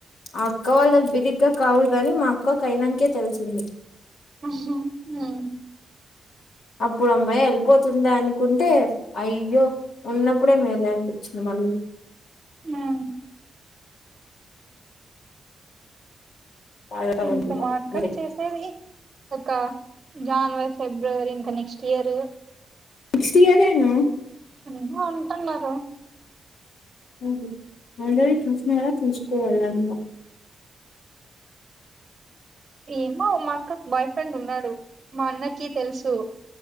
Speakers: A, on the left; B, on the right.
A: ఆ అక్క వాళ్ళకి బిరిగ్గా కాగూడదని మా అక్క కైనన్కె తెలిసింది
B: హ్మ
A: అప్పుడు అమ్మాయి ఎల్లిపోతుంది అనుకుంటే అయ్యో ఉన్నప్పుడే మేలే అనిపించింది మళ్ళీ
B: హ్మ్.
A: బాధ.
B: ఇంకా మా అక్క చేసేది ఒక జనవరి ఫిబ్రవరి ఇంకా నెక్స్ట్ ఇయర్
A: నెక్స్ట్ ఇయరేనా
B: ఏమో అంటున్నారు
A: ఆహ ఆల్రెడీ చూసినారా చూసుకోవల్ల ఇంకా
B: ఏమో మా అక్కకి బాయ్ ఫ్రెండ్ ఉన్నాడు మా అన్నకి తెలుసు